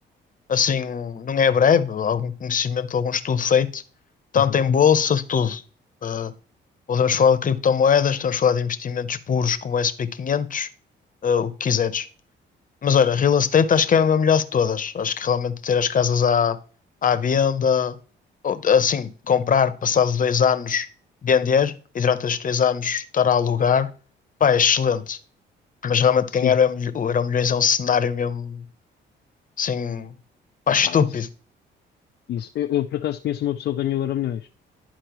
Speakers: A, on the left (about 45°); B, on the left (about 60°).
A: assim, não é breve, algum conhecimento, algum estudo feito, tanto
B: Uhum.
A: em bolsa, de tudo. Ah, Podemos falar de criptomoedas, podemos falar de investimentos puros como o S&P 500, eh, o que quiseres. Mas olha, real estate acho que é a melhor de todas. Acho que realmente ter as casas à, à venda, ou, assim, comprar, passado dois anos, vender e durante esses dois anos estar a alugar, pá, é excelente. Mas realmente
B: Sim,
A: ganhar é o Euro- o Euromilhões é um cenário mesmo, assim, pá,
B: é
A: estúpido.
B: pá, isso. isso. Eu, eu, por acaso conheço uma pessoa que ganhou Euromilhões.